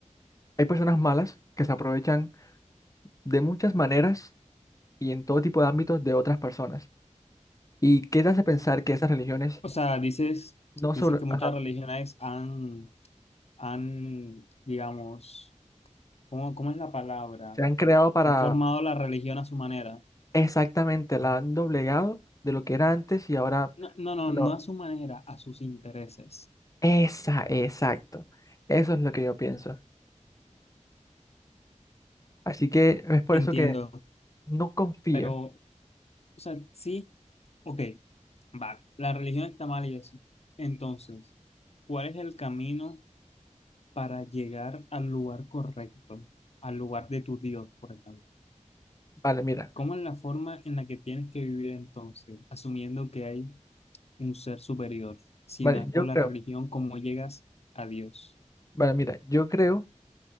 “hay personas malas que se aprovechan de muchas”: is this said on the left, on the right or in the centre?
Left